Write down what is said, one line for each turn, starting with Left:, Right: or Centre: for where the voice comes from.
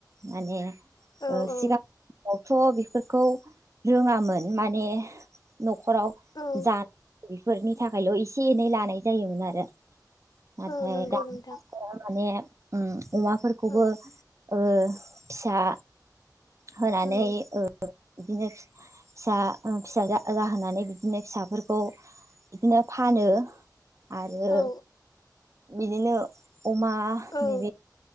Right: माने
Left: औ
Right: ओ
Left: औ
Right: सिगां थ' बेफोरखौ रोङामोन माने न'खराव
Left: औ
Right: जानाय बेफोरनि थाखायल' एसे एनै लानाय जायोमोन आरो नाथाय
Left: औ नंगौ
Right: दानि
Left: नोंथां
Right: माने ओम अमाफोरखौबो
Left: औ
Right: ओ फिसा होनानै
Left: उम
Right: ओ बिदिनो फिसा फिसा जाहोनानै बिदिनो फिसा फोरखौ बिदिनो फानो आरो
Left: औ
Right: बिदिनो अमा
Left: औ
Right: नैबे